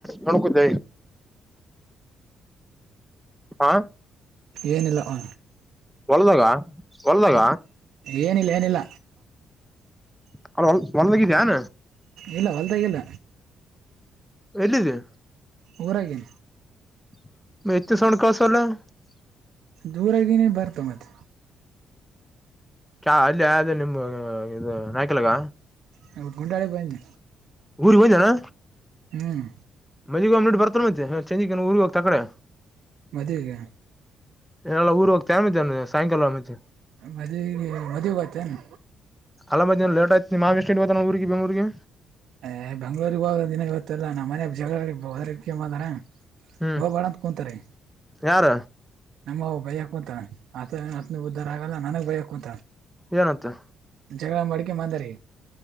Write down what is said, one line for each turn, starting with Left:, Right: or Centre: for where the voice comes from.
Centre: ಎಣ ಕೊ ಜ ಹಾ
Right: ಏನಿಲ್ಲ ಆ,
Centre: ಹೊಲ್ದಾಗ ಹೊಲ್ದಾಗ
Right: ಏನಿಲ್ಲ ಏನಿಲ್ಲ
Centre: ಅ ಭಲದಿ ಜಾನ
Right: ಇಲ್ಲ ಹೊಲ್ದಾಗಿಲ್ಲ
Centre: ಎಲ್ಲಿದೆ
Right: ಹೊರಗೆ
Centre: <unintelligible>
Right: ದೂರಗೇ ಬರ್ತ ಮತ್ತ
Centre: ಕ ಅಲ್ಲಿ ಆದ ನಿಮ ಇದು ನಾಯ್ಕಲ್ಗ
Right: ಹ ಗುಂಡಾಡೆ ಬನ್ನ
Centre: ಊರಿ ಹಂದಾನ
Right: ಹ್ಮ್
Centre: ಮಜಗ ಅಂಬ್ಲಿಟ್ ಬರ್ತಾನ ಮತ್ತ ಚಂಜಿ ಊರಿಗೆ ಹೋಗ್ತ ತ ಕಡೆ
Right: ಮದುವೆಗ
Centre: ಎಲ್ಲ ಊರು ಹೋಗ್ತ ಆ ಸಾಯಂಕಾಲ ಆಮತಿ
Right: ಮದುವ ಮದ್ಗತ್ತನು
Centre: ಅಲ್ಲ ಲೇಟ್ ಆಯತಿ ಮಾಮ್ ಎಷ್ಟ ಇ ಬತ ನ ಊರಿಗೆ ಬೆರಿಗೆ
Right: ಏ ಬೆಂಗ್ಳೂರಿಗೆ ಹೋಗ ದಿನ ಗೊತ್ತಲ್ಲಾ ನಮ್ಮ ಮನ ಜಗಳದಕ್ಕೆ ಮಾರ
Centre: ಹ್ಮ್
Right: ಹ ಬಾಳಂತ ಕುಂತಾರೀ
Centre: ಯಾರ
Right: ನಮ್ಮ ಬಯ ಕುಂತ ಆತ ಹತ್ನ ಉದ್ದಾರ ಆಗಲ್ಲ ನನಗ್ ಬಯಕು ಅಂತ
Centre: ಏನತ್ತ
Right: ಜಗಳ ಮಡಿಕೆ ಮಾಂದಾರಿ